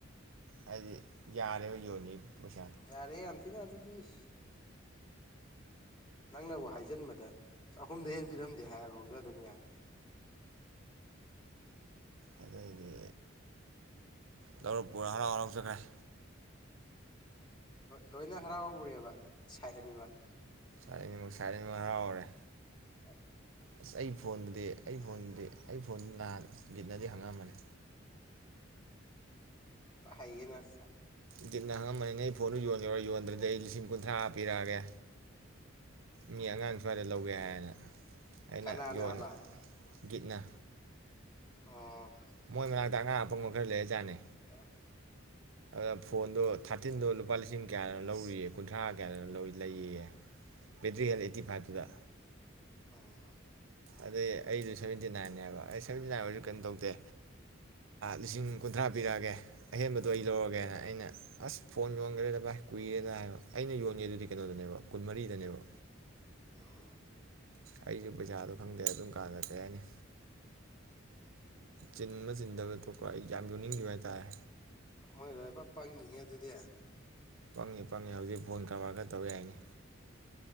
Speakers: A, on the right; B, on the left.
A: ꯍꯥꯏꯗꯤ ꯌꯥꯔꯦ ꯌꯣꯟꯒꯤ ꯄꯣꯠꯁ
B: ꯌꯥꯔꯦ ꯌꯥꯝꯝ ꯊꯤ ꯅ ꯑꯗꯨꯗꯤ ꯏꯁ ꯅꯪꯅꯕꯨ ꯍꯥꯏꯖꯤꯟꯕꯗ ꯆꯍꯨꯝꯗꯑꯩ ꯍꯦꯟꯄꯤꯔꯝꯗꯦ ꯍꯥꯏꯔꯕꯧꯗ ꯑꯗꯨꯝ ꯌꯥꯏ
A: ꯑꯗꯨꯏꯗꯤ ꯂꯧꯔ ꯄꯨꯔꯥ ꯍꯔꯥꯎ ꯍꯔꯥꯎ ꯆꯠꯈꯔꯦ
B: ꯂꯣꯏꯅ ꯍꯔꯥꯎꯔꯨꯔꯦꯕꯥ ꯁꯖꯤꯟꯕ
A: ꯑꯅꯤꯃꯛ ꯁꯥꯏꯠ ꯑꯅꯤꯃꯛ ꯍꯔꯥꯎꯔꯦ
B: ꯑ
A: ꯑꯁ ꯑꯩ ꯐꯣꯟꯗꯗꯤ ꯑꯩ ꯐꯣꯟꯗꯗꯤ ꯑꯩ ꯐꯣꯟ ꯅꯍꯥꯟꯒꯤꯠꯅꯗꯤ ꯍꯪꯉꯛꯑꯝꯕꯅꯤ
B: ꯄꯌꯦ ꯅ ꯆ
A: ꯒꯤꯅꯍ ꯃꯅꯦ ꯐꯣꯟꯅ ꯌꯣꯟꯉꯦꯔꯥ ꯌꯣꯟꯗ꯭ꯔꯗꯤ ꯑꯩ ꯂꯤꯁꯤꯡ ꯒꯟꯊꯥ ꯄꯤꯔꯑꯒꯦ ꯃꯤ ꯑꯉꯥꯡ ꯁ꯭ꯋꯥꯏꯗ ꯂꯧꯒꯦ ꯍꯥꯏꯅ ꯑꯩꯅ
B: ꯀꯅꯥ
A: ꯌꯣꯟ
B: ꯅꯥꯕ
A: ꯒꯤꯠꯅ
B: ꯑꯣ
A: ꯃꯣꯏ ꯃꯅꯥꯛꯇ ꯑꯉꯥꯡ ꯑꯄꯪꯕ ꯈꯔ ꯂꯩꯔꯖꯥꯠꯅꯤ
B: ꯌꯥ
A: ꯑꯞ ꯐꯣꯟꯗꯣ ꯊꯥꯔꯇꯤꯟꯗꯣ ꯂꯨꯄꯥ ꯂꯤꯁꯤꯡ ꯀꯌꯥꯗꯅꯣ ꯂꯧꯔꯔꯤꯌꯦ ꯀꯨꯟꯊ꯭ꯔꯥ ꯀꯌꯥꯗꯅ ꯂꯩꯌꯦꯌꯦ ꯕꯦꯇ꯭ꯔꯤ ꯍꯟ ꯑꯩꯠꯇꯤ ꯐꯥꯏꯚꯇꯨꯗ
B: ꯑꯣ
A: ꯑꯗꯨꯗꯩ ꯑꯩꯗꯨ ꯁꯚꯦꯟꯇꯤ ꯅꯥꯏꯟꯅꯟꯅꯦꯕ ꯑꯩ ꯁꯚꯦꯟꯇꯤ ꯅꯥꯏꯟ ꯑꯣꯏꯁꯨ ꯀꯩꯅꯣ ꯇꯧꯗꯦ ꯂꯤꯁꯤꯡ ꯀꯨꯟꯊ꯭ꯔꯥ ꯄꯤꯔꯛꯑꯒꯦ ꯑꯍꯦꯟꯕꯗꯣ ꯑꯩ ꯂꯧꯔꯒꯦꯅ ꯑꯩꯅ ꯑꯁ ꯐꯣꯟ ꯌꯣꯟꯒ꯭ꯔꯦꯗ ꯚꯥꯏ ꯀꯨꯏꯔꯦꯅ ꯍꯥꯏꯕ ꯑꯩꯅ ꯌꯣꯟꯒꯦ ꯑꯗꯨꯗꯤ ꯀꯩꯅꯣꯗꯅꯦꯕ ꯀꯨꯟꯃꯔꯤꯗꯅꯦꯕ
B: ꯑꯣ
A: ꯑꯩꯁꯨ ꯄꯩꯁꯥꯗꯣ ꯈꯪꯗꯦ ꯑꯗꯨꯝ ꯀꯥꯟꯗ ꯀꯩ ꯍꯥꯏꯅꯤ ꯆꯤꯟꯕ ꯆꯤꯟꯗꯕ ꯇ‌ꯣꯛꯈꯔ ꯑꯩ ꯌꯥꯝ ꯌꯣꯟꯅꯤꯡꯈꯤꯕ ꯍꯥꯏꯇꯥꯔꯦ
B: <inaudible> ꯄ ꯄꯪꯉꯤꯅꯦ ꯑꯗꯨꯗꯤ
A: ꯄꯪꯉꯤ ꯄꯪꯉꯤ ꯍꯧꯖꯤꯛ ꯐꯣꯟ ꯀꯔꯕꯔ ꯈꯔ ꯇꯧ ꯌꯥꯏꯅꯤ